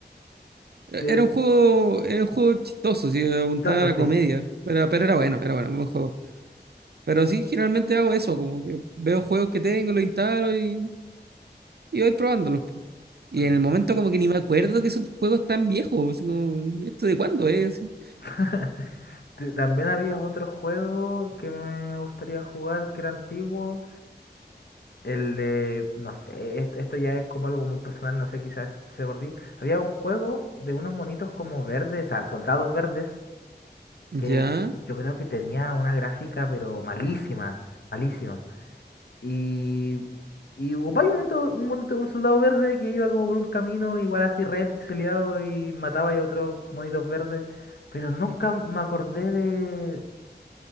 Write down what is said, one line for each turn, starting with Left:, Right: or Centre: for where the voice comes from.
Right: Era
Left: te
Right: un juego, era un juego chistoso, sí, apuntaba
Left: vistoso,
Right: a la
Left: sí.
Right: comedia. Pero, pero era bueno, era bueno, buen juego. Pero sí, generalmente hago eso, como que veo juegos que tengo, los instalo y, y voy probándolos. Y
Left: Mm.
Right: en el momento como que ni me acuerdo que son juegos tan viejos. así como, ¿esto de cuándo es? Así.
Left: <laughs> T- También había otro juego que me gustaría jugar que era antiguo. El de, no sé, est- esto ya es como algo muy personal, no sé, quizás se gordí. Había un juego de unos monitos como verdes, o sea, soldados verdes, que
Right: Ya.
Left: yo creo que tenía una gráfica, pero malísima, malísima. Y, y ocupaba un monito, un monito, un soldado verde que iba como por un camino, igual así re pixeleado y mataba a otros monitos verdes, pero nunca me acordé de,